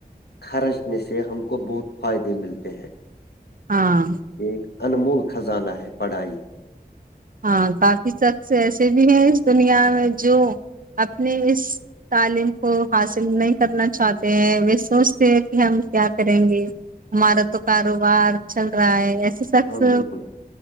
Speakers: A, on the left (about 75°); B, on the right (about 55°).
A: خرچنے سے ہم کو بہت فائدے ملتے ہیں
B: ہاں
A: ایک انمول خزانہ ہے پڑھائی
B: ہاں کافی شخص ایسے بھی ہیں اس دنیا میں جو اپنے اس تعلیم کو حاصل نہیں کرنا چاہتے ہیں وہ سوچتے ہیں کہ ہم کیا کریں گے ہمارا تو کاروبار چل رہا ہے ایسے شخص
A: ہاں بالکل